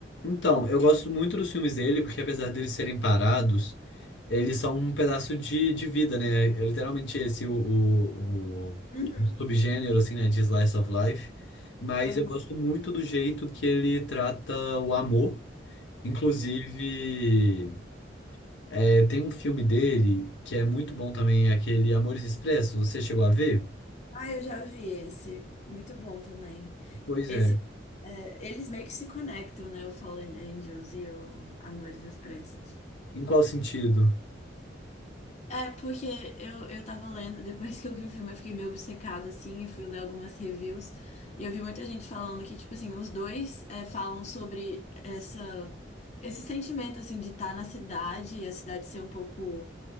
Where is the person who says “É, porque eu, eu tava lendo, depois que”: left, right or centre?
Left